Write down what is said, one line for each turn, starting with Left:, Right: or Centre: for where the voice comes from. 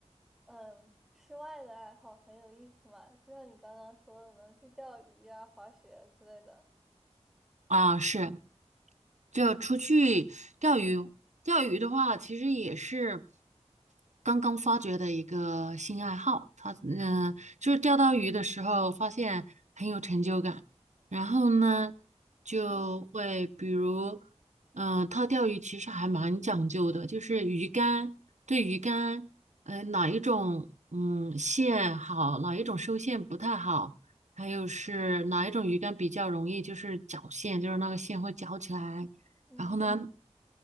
Centre: 嗯室外的爱好很有意思嘛，就像你刚刚说的能去钓鱼啊、滑雪啊之类的。
Right: 啊，是。就出去钓鱼，钓鱼的话，其实也是，刚刚发掘的一个新爱好，他嗯、呃就是钓到鱼的时候发现很有成就感，然后呢就会比如，
Centre: 嗯。
Right: 嗯、他钓鱼其实还蛮讲究的，就是鱼竿对鱼竿，嗯，哪一种嗯线好，哪一种收线不太好，还有是哪一种鱼竿比较容易就是绞线，就是那个线会绞起来，
Centre: 嗯。
Right: 然后呢